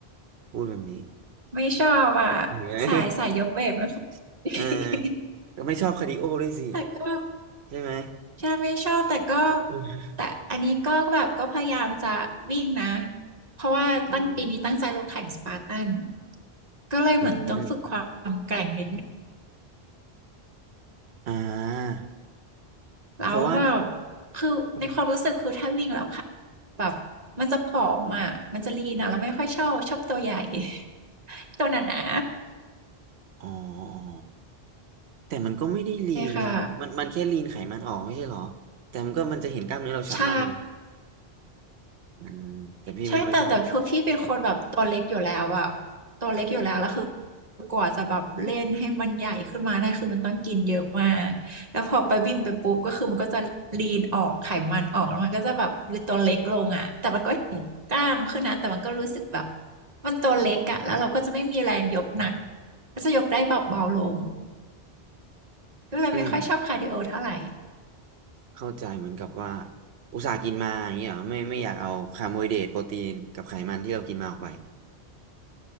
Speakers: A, on the right; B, on the right.
A: พูดแบบนี้
B: ไม่ชอบอ่ะ
A: เหนื่อย
B: สายสายยกเวทไม่ค่อย
A: <laughs>
B: <laughs>
A: เออก็ไม่ชอบคาร์ดิโอด้วยสิ
B: แต่ก็
A: ใช่ไหม
B: ใช่ไม่ชอบแต่ก็
A: อืม
B: แต่อันนี้ก็แบบก็พยายามจะวิ่งนะเพราะว่าตั้งปีนี้ตั้งใจลงแข่งสปาร์ตัน
A: อืม
B: ก็เลยเหมือนต้องฝึกความแกร่งนิดนึง
A: อืมอ่า
B: แล้วแบบ
A: เพราะว่า
B: คือในความรู้สึกคือถ้าวิ่งแล้วค่ะ
A: อม
B: แบบมันจะผอมอ่ะมันจะลีนอ่ะเราไม่ค่อยชอบชอบตัวใหญ่ <laughs> ตัวหนา
A: อ๋ออ๋อ แต่มันก็ไม่ได้ลีนนะมันมันแค่ลีนไขมันออกไม่ใช่เหรอแต่มันก็มันจะเห็นกล้ามเนื้อเราชัดมากเลยนะ
B: ๆเลยค่ะใช่
A: อืมแต่พี่ไม่ค่อยชอบ
B: ใช่แต่แต่คือพี่เป็นคนแบบตัวเล็กอยู่แล้วอะตัวเล็กอยู่แล้วแล้วคือกว่าจะแบบเล่นให้มันใหญ่ขึ้นมาได้คือมันต้องกินเยอะมากแล้วพอไปวิ่งไปปุ๊บก็คือมันก็จะลีนออกไขมันออกแล้วมันก็จะแบบหรือตัวเล็กลงอะแต่มันก็เห็นกล้ามขึ้นนะแต่มันก็รู้สึกแบบมันตัวเล็กอะแล้วเราก็จะไม่มีแรงยกหนักก็จะยกได้แบบเบาลงก็เลยไม่ค่อยชอบคาร์ดิโอเท่าไหร่
A: อืมเข้าใจเหมือนกับว่าอุตส่าห์กินมาอย่างเงี้ยเหรอไม่ไม่อยากเอาคาร์โบไฮเดรตโปรตีนกับไขมันที่เรากินมาออกไป